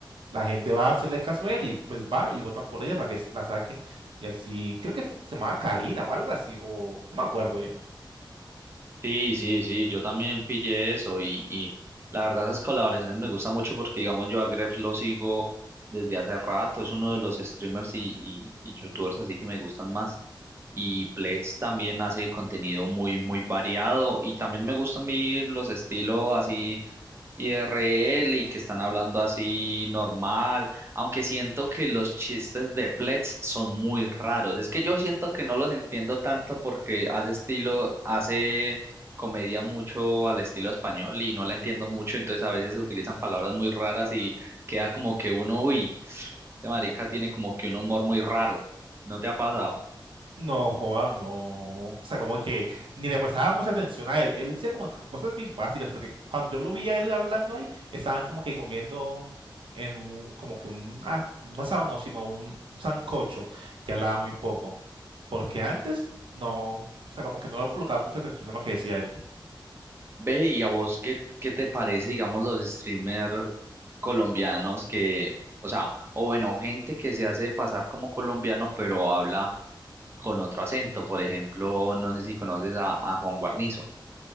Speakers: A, on the right (about 85°); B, on the right (about 30°).
A: la gente va a hacerle caso a él y pues va y votan por ella para que s- la saquen. Y así, creo que fue- se llamaba Karina o algo así, o no me acuerdo
B: Sí, sí, sí, yo también pillé eso y, y la verdad esas colaboraciones me gustan mucho porque digamos yo a Gref lo sigo desde hace rato, es uno de los streamers y, y, y youtubers así que me gustan más y Pledge también hace contenido muy, muy variado y también me gustan a mí los estilos así IRL y que están hablando así normal, aunque siento que los chistes de Pletz son muy raros. Es que yo siento que no los entiendo tanto porque hace estilo, hace comedia mucho al estilo español y no la entiendo mucho, entonces a veces se utilizan palabras muy raras y queda como que uno, uy, este marica tiene como que un humor muy raro. ¿No te ha pasado?
A: No, joda, no. O sea, como que ni le prestaba mucha atención a él. Él decía como que cosas bien básicas, porque cuando yo lo vi a él hablando ahí, estaban como que comiendo en un, como que un, ah, un asado, no, sino un sancocho, que hablaba muy poco. Porque antes, no, o sea, como que no le colocaba mucha atención a lo que decía él.
B: Ve, y a vos, ¿qué, qué te parece, digamos, los streamers colombianos que, o sea, o bueno, gente que se hace pasar como colombiano, pero habla con otro acento? Por ejemplo, no sé si conoces a, a Juan Guarnizo.